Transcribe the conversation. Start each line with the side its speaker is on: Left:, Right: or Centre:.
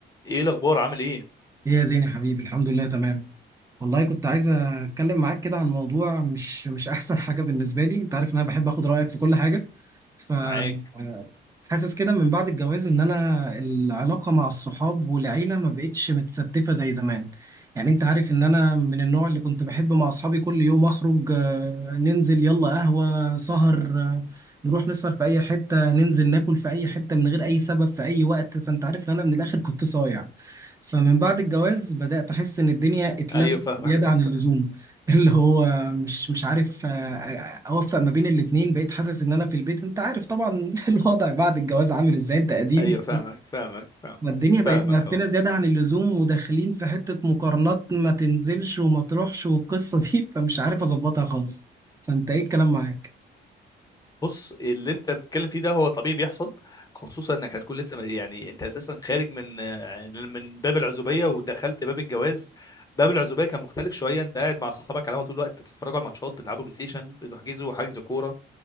Left: ايه الاخبار عامل ايه
Right: ايه يا زين يا حبيبي الحمد لله تمام والله كنت عايز اتكلم معاك كده عن موضوع مش مش احسن حاجه بالنسبه لي انت عارف ان انا بحب اخد رايك في كل حاجه ف آه،
Left: معاك
Right: حاسس كده من بعد الجواز ان انا العلاقه مع الصحاب والعيله ما بقتش متستفه زي زمان يعني انت عارف ان انا من النوع اللي كنت بحب مع اصحابي كل يوم اخرج آه، ننزل يلا قهوه سهر آه، نروح نسهر في اي حته ننزل ناكل في اي حته من غير اي سبب في اي وقت فانت عارف ان انا من الاخر كنت صايع فمن بعد الجواز بدأت أحس إن الدنيا اتلمت
Left: ايوه فاهمك
Right: زيادة
Left: <laughs>
Right: عن اللزوم <laughs> اللي هو مش مش عارف آه، آه، أوفق ما بين الاتنين بقيت حاسس إن أنا في البيت أنت عارف طبعا <laughs> الوضع بعد الجواز عامل إزاي أنت قديم
Left: ايوه فاهمك فاهمك فاهمك
Right: الدنيا
Left: فاهمك
Right: بقت مقفلة
Left: اهو
Right: زيادة عن اللزوم وداخلين في حتة مقارنات ما تنزلش وما تروحش والقصة دي <laughs> فمش عارف أظبطها خالص فأنت إيه الكلام معاك؟
Left: بص اللي انت بتتكلم فيه ده هو طبيعي بيحصل خصوصا انك هتكون لسه م- يعني انت اساسا خارج من آه، من باب العزوبيه ودخلت باب الجواز باب العزوبيه كان مختلف شويه انت قاعد مع صحابك على القهوه طول الوقت بتتفرجوا على الماتشات بتلعبوا بلاي ستيشن بتحجزوا حجز كوره